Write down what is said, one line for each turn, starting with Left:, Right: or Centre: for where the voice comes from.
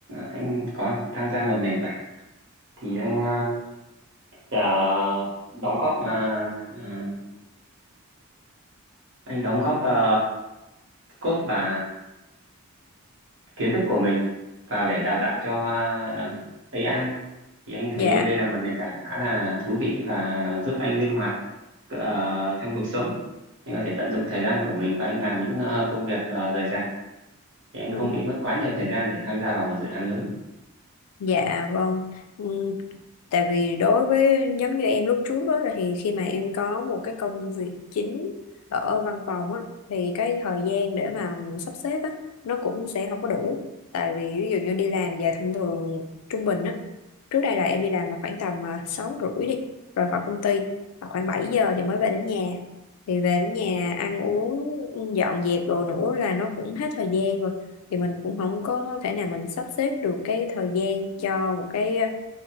Right: anh có tham gia một nền tảng thì anh ờ, Dạ, đóng góp à, à, anh đóng góp à, code và kiến thức của mình vào để đào
Left: Ừ.
Right: tạo cho à, AI thì anh thấy
Left: dạ
Right: đây là một nền tảng khá là thú vị và giúp anh linh hoạt ờ, trong cuộc sống. Anh có thể tận dụng thời gian của mình và anh làm những ờ, công việc uh, rời rạc thì anh không
Left: Ừ,
Right: bị mất quá nhiều thời gian để tham gia vào một dự án lớn.
Left: dạ vâng Ừ, tại vì đối với giống như em lúc trước đó, thì khi mà em có một cái công việc chính ở văn phòng á thì cái thời gian để mà sắp xếp á nó cũng sẽ không có đủ tại vì ví dụ như đi làm về thông thường trung bình á trước đây là em đi làm là khoảng tầm à, sáu rưỡi đi rồi khỏi công ty là khoảng 7 giờ thì mới về đến nhà thì về đến nhà ăn uống dọn dẹp đồ nữa là nó cũng hết thời gian rồi thì mình cũng không có thể nào mình sắp xếp được cái thời gian cho một cái